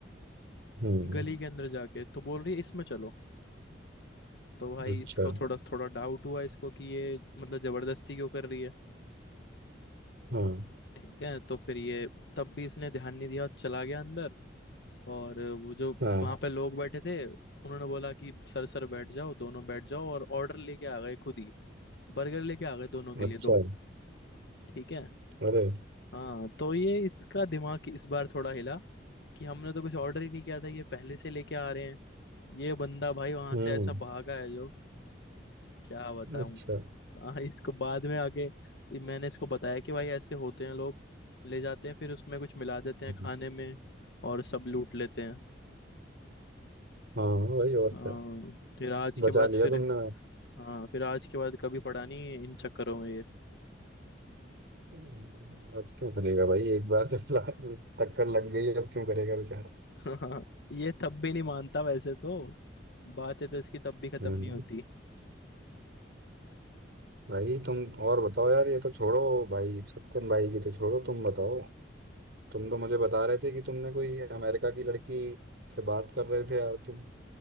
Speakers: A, on the right; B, on the left.
A: हम्म
B: गली के अंदर जाके तो बोल रही है इसमें चलो तो भाई
A: अच्छा
B: इसको थोड़ा थोड़ा डाउट हुआ इसको कि ये मतलब जबरदस्ती क्यों कर रही है
A: हाँ
B: ठीक है तो फिर ये तब भी इसने ध्यान नहीं दिया और चला गया अंदर और वो जो
A: हाँ
B: वहां पे लोग बैठे थे उन्होंने बोला कि सर सर बैठ जाओ दोनों बैठ जाओ और ऑर्डर लेके आ गए खुद ही बर्गर लेके आ गए दोनों के लिए
A: अच्छा
B: दो ठीक है
A: अरे
B: हाँ तो ये इसका दिमाग इस बार थोड़ा हिला कि हमने तो कुछ ऑर्डर ही नहीं किया था ये पहले से लेके आ रहे हैं ये बंदा भाई वहां
A: हम्म
B: से ऐसा भागा है जो क्या बताऊं
A: अच्छा
B: हाँ इसको बाद में आके ये मैंने इसको बताया कि भाई ऐसे होते हैं लोग ले जाते हैं फिर उसमें कुछ मिला देते हैं
A: हम्म,
B: खाने में और सब लूट लेते हैं
A: हाँ भाई
B: हाँ,
A: और क्या
B: फिर आज
A: बचा
B: के बाद
A: लिया
B: फिर
A: तुमने
B: हाँ फिर आज के बाद कभी पड़ा नहीं इन चक्करों में ये
A: हम्म, अब क्यों करेगा भाई एक बार जब ला- टक्कर <laughs> लग गई अब क्यों करेगा बेचारा
B: <laughs> ये तब भी नहीं मानता वैसे तो बातें तो इसकी तब भी खत्म
A: हम्म
B: नहीं होती
A: भाई तुम और बताओ यार ये तो छोड़ो भाई सत्यम भाई की तो छोड़ो तुम बताओ तुम तो मुझे बता रहे थे कि तुमने कोई अमेरिका की लड़की से बात कर रहे थे यार तुम